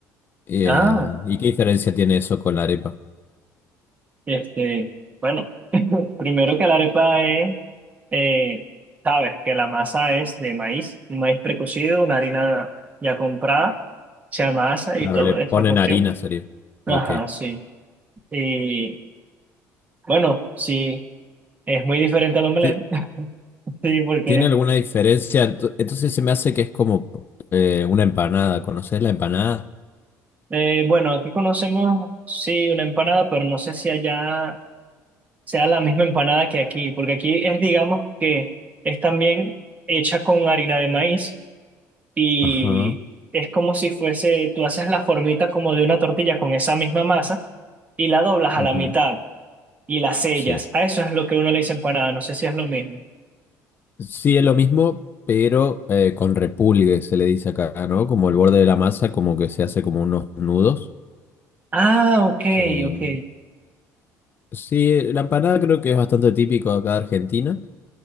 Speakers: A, on the left; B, on the right.
A: Eh,
B: Ah.
A: ¿y qué diferencia tiene eso con la arepa?
B: Este, bueno, <laughs> primero que la arepa es, eh, sabes que la masa es de maíz, un maíz precocido, una harina ya comprada, se amasa
A: Claro,
B: y toda
A: le ponen
B: esa cuestión.
A: harina, sería. Ok.
B: Ajá, sí. Y bueno, sí, es muy diferente al omelette,
A: Ti-
B: <laughs> sí, porque,
A: ¿Tiene alguna diferencia? Ento- Entonces se me hace que es como eh, una empanada. ¿Conoces la empanada?
B: eh, bueno, aquí conocemos, sí, una empanada, pero no sé si allá sea la misma empanada que aquí, porque aquí es, digamos, que es también hecha con harina de maíz y
A: Ajá.
B: es como si fuese, tú haces la formita como de una tortilla con esa misma masa y la doblas a
A: ujú,
B: la mitad y la sellas.
A: Sí.
B: A eso es lo que uno le dice empanada, no sé si es lo mismo.
A: Sí, es lo mismo, pero eh, con repulgue se le dice acá, ¿no? Como el borde de la masa, como que se hace como unos nudos.
B: Ah, ok,
A: Eh,
B: ok.
A: sí, la empanada creo que es bastante típico acá de Argentina.